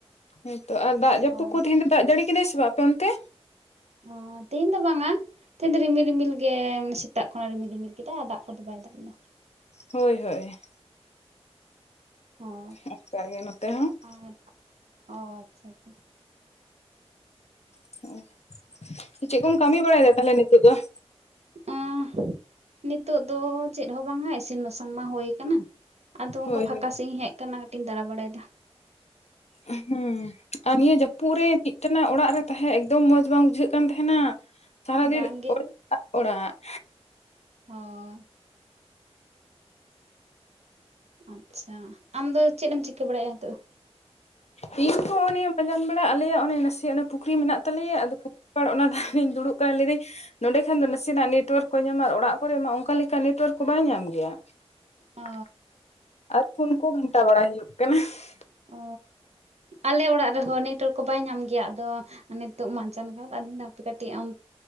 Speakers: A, on the left (about 80°); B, on the right (about 80°).
A: ᱦᱳᱭᱛᱚ, ᱟᱨ ᱫᱟᱜ
B: ᱦᱳᱭ
A: ᱡᱟᱯᱩᱫ ᱠᱚ, ᱛᱮᱦᱮᱧ ᱫᱚ ᱫᱟᱜ ᱡᱟᱹᱲᱤ ᱠᱮᱫᱟᱭ ᱥᱮ ᱵᱟᱝ, ᱟᱯᱮ ᱚᱱᱛᱮ?
B: ᱚᱻ, ᱛᱮᱦᱮᱧ ᱫᱚ ᱵᱟᱝᱟ ᱾ ᱛᱤᱦᱤᱧ ᱫᱚ, ᱨᱤᱢᱤᱞ ᱨᱤᱢᱤᱞ ᱜᱮ, ᱢᱟᱱᱮ ᱥᱮᱛᱟᱜ ᱠᱷᱚᱱᱟᱜ, ᱨᱤᱢᱤᱞ ᱨᱤᱢᱤᱞ ᱠᱮᱫᱟ, ᱫᱟᱜ ᱠᱚᱫᱚ ᱵᱟᱭ, ᱫᱟᱜ ᱞᱮᱜᱼᱟ ᱾
A: ᱦᱳᱭ, ᱦᱳᱭ ᱾
B: ᱦᱳᱭ
A: ᱚᱱᱠᱟ ᱜᱮ, ᱱᱚᱛᱮ ᱦᱚᱸ ᱾
B: ᱟᱨ, ᱾ ᱚᱼᱟᱪᱪᱷᱟ, ᱟᱪᱪᱷᱟ ᱾
A: <unintelligible> ᱪᱮᱫ? ᱠᱚᱢ ᱠᱟᱹᱢᱤ ᱵᱟᱲᱟᱭᱮᱫᱟ ᱛᱟᱦᱞᱮ ᱱᱤᱛᱳᱜ ᱫᱚ ᱾
B: ᱳᱸᱻ, ᱱᱤᱛᱳᱜ ᱫᱚ ᱪᱮᱫ ᱦᱚᱸ ᱵᱟᱝᱟ, ᱤᱥᱤᱱ ᱵᱟᱥᱟᱝ ᱢᱟ ᱦᱩᱭ ᱟᱠᱟᱱᱟ ᱾ ᱟᱫᱚ, ᱚᱝᱠᱟ
A: ᱦᱳᱭ
B: ᱯᱷᱟᱸᱠᱟ
A: ᱦᱳᱭ
B: ᱥᱮᱫ ᱤᱧ ᱦᱮᱡ ᱟᱠᱟᱱᱟ, ᱠᱟᱹᱴᱤᱡ ᱤᱧ ᱫᱟᱬᱟ ᱵᱟᱲᱟ ᱭᱮᱫᱟ ᱾
A: ᱩᱜ-ᱦᱩᱸᱻ, ᱸ ᱟᱨ ᱱᱤᱭᱟᱹ ᱡᱟᱹᱯᱩᱫ ᱨᱮ ᱢᱤᱫ, ᱛᱟᱱᱟᱜ ᱚᱲᱟᱜ ᱨᱮ ᱛᱟᱦᱮᱸ ᱮᱠᱫᱚᱢ, ᱢᱚᱸᱡᱽ ᱵᱟᱝ ᱵᱩᱡᱷᱟᱹᱜ, ᱠᱟᱱ ᱛᱟᱦᱮᱸᱱᱟ ᱾ ᱥᱟᱨᱟ ᱫᱤᱱ
B: ᱵᱟᱝᱜᱮ
A: ᱚᱡ <unintelligible> ᱟ, ᱚᱲᱟᱜ, ᱦᱻᱟᱻ <inaudible>
B: ᱦᱳᱻᱭ, ᱾ ᱟᱪᱪᱷᱟ, ᱟᱢᱫᱚ ᱪᱮᱫ? ᱮᱢ ᱪᱤᱠᱟᱹ ᱵᱟᱲᱟᱭᱮᱜᱼᱟ ᱱᱤᱛᱚᱜ?
A: ᱤᱧ, ᱚᱻᱱᱮ <unintelligible> ᱢᱟᱡᱟᱱ ᱵᱟᱲᱟᱜ, ᱟᱞᱮᱭᱟᱜ ᱚᱱᱮ ᱱᱟᱥᱮᱭᱟᱜ ᱯᱩᱠᱷᱨᱤ ᱢᱮᱱᱟᱜ, ᱛᱟᱞᱮᱭᱟ ᱟᱫᱚ, ᱚᱱᱟ ᱫᱟᱜ ᱤᱧ <unintelligible> ᱫᱩᱲᱩᱵ ᱠᱟᱱᱟ ᱞᱟᱹᱭ ᱤᱫᱟᱹᱧ ᱱᱚᱰᱮ ᱠᱷᱟᱱ ᱫᱚ, ᱱᱟᱥᱮᱱᱟᱜ ᱱᱮᱴᱳᱣᱟᱨᱠ ᱠᱚᱭ ᱧᱟᱢᱟ, ᱟᱨ ᱚᱲᱟᱜ ᱠᱚᱨᱮ ᱢᱟ, ᱚᱱᱠᱟ ᱞᱮᱠᱟ ᱱᱮᱴᱣᱟᱨᱠ ᱠᱚ, ᱵᱟᱭ ᱧᱟᱢ ᱜᱮᱭᱟ
B: ᱚ
A: ᱾ ᱟᱨ ᱯᱷᱳᱱ ᱠᱚ, ᱜᱷᱟᱱᱴᱟ ᱵᱟᱲᱟ ᱦᱩᱭᱩᱜ ᱠᱟᱱᱟ ᱾
B: ᱚᱼ, ᱟᱞᱮ ᱚᱲᱟᱜ ᱨᱮᱦᱚᱸ, ᱱᱮᱴᱚᱣᱟᱨᱠ ᱠᱚ, ᱵᱟᱭ ᱧᱟᱢ ᱜᱮᱭᱟ ᱾ ᱟᱫᱚ, ᱱᱤᱛᱚᱜ ᱢᱟᱡᱟᱱ ᱠᱟᱱᱟ, <unintelligible> ᱦᱟᱯᱮ ᱠᱟᱹᱴᱤᱡ ᱟᱱ